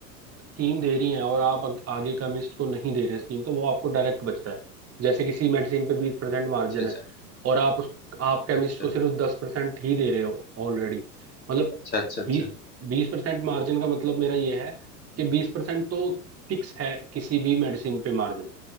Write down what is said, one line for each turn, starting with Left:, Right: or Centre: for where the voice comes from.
Right: स्कीम दे रही हैं और आप अग- आगे का मिस्ट को नहीं दे रहे स्कीम तो वो आपको डायरेक्ट बचता है जैसे किसी मेडिसिन पे बीस परसेंट मार्जिन
Left: अच्छा अच्छा
Right: है और आप उस आप केमिस्ट
Left: अच्छा
Right: को सिर्फ दस परसेंट ही दे रहे हो ऑलरेडी मतलब
Left: अच्छा अच्छा अच्छा
Right: बीस बीस परसेंट मार्जिन का मतलब मेरा ये है कि बीस परसेंट तो फिक्स है किसी भी मेडिसिन पे मार्जिन